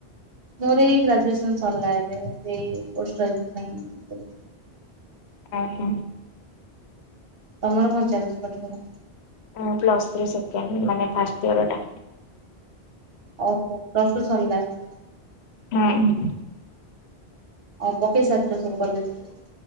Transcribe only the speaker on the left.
ହ ହୋ।
ହଁ, ପ୍ଲସ୍ ଥ୍ରୀ ସେକେଣ୍ଡ ମାନେ ଫାଷ୍ଟ ୟରଟା।
ହଁ।